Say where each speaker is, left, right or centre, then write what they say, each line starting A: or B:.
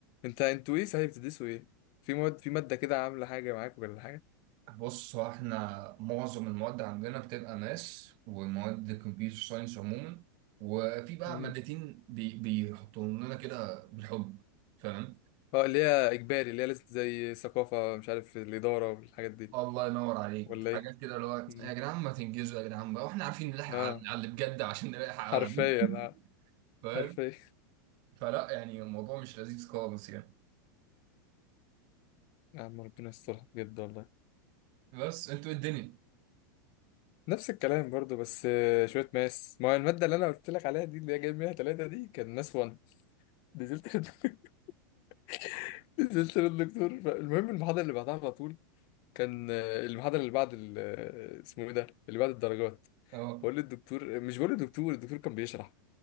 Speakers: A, on the left; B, on the right.
A: انت انتوا ايه صحيح بتدرسوا ايه في مواد في مادة كده عاملة حاجة معاك ولا
B: بص هو احنا معظم المواد عندنا بتبقى ماس ومواد كمبيوتر ساينس عموما وفي بقى
A: حاجة
B: مادتين بي- بيحطوا لنا كده بالحب فاهم
A: اه اللي هي اجباري اللي هي لازم زي ثقافه مش عارف الاداره والحاجات دي
B: الله ينور عليك
A: ولا ايه
B: حاجات كده اللي هو
A: مم.
B: يا جدعان ما تنجزوا يا جدعان بقى واحنا عارفين نلحق
A: اه
B: على على اللي بجد عشان نلحق
A: حرفيا
B: على ده <laughs>
A: اه
B: فاهم
A: حرفيا
B: فلا يعني الموضوع مش لذيذ خالص يعني
A: يا عم ربنا يسترها بجد والله
B: بس انتوا إيه الدنيا
A: نفس الكلام برضو بس آه، شويه ماس ما هي الماده اللي انا قلت لك عليها دي اللي هي جايب منها ثلاثه دي كان ماس 1 نزلت للدك- <laughs> نزلت للدكتور المهم المحاضره اللي بعدها على طول كان آه، المحاضره اللي بعد ال- آه، اسمه ايه ده اللي بعد الدرجات
B: اه
A: بقول للدكتور مش بقول للدكتور الدكتور كان بيشرح